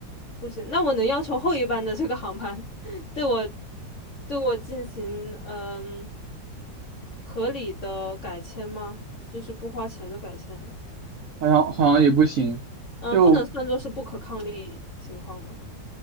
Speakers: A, on the left; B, on the right.
A: 不行，那我能要求后一班的这个航班对我对我进行嗯合理的改签吗？就是不花钱的改签，
B: 好像好像也不行，
A: 嗯，
B: 就
A: 不能算作是不可抗力情况吗？